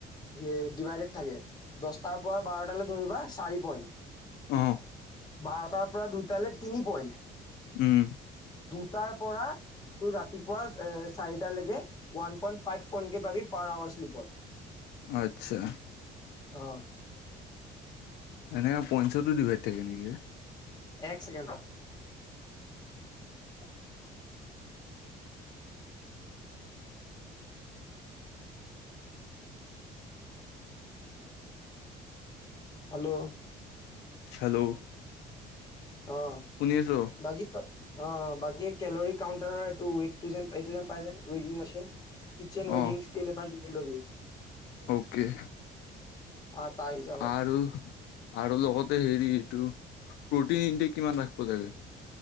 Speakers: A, on the left; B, on the left.
A: সেই ডিভাইডেড থাকে, দছটাৰ পৰা বাৰটালৈ ধৰিবা চাৰি পইণ্ট
B: উম
A: বাৰটাৰ পৰা দুটালৈ তিনি পইণ্ট
B: উম
A: তাৰ পৰা তোৰ ৰাতিপুৱা এ চাৰিটা লেকে ওৱান পইন্ট ফাইভ কক পাবি পাৰ আৱাৰচ দিব।
B: আচ্ছা
A: অ
B: এনে পইঞ্চচতো ডিভাইড থাকে নেকি?
A: এক চেকেণ্ড ৰহ
B: উম
A: হেল্ল'
B: হেল্ল'
A: অ
B: শুনি আছ
A: বাকী ত অ বাকী কেলৰি কাউণ্টাৰৰ এইটো ৱেইটটো যেন এইটো যেন পায় যেন। বেগিং মছিন কিচন বেগিংষ্কেল
B: অ
A: এটা লয় লবি
B: অকে
A: আতা হিচাপত
B: আৰু আৰু লগতে হেৰি এইটো প্ৰটিন ইনটেক কিমান ৰাখিব লাগে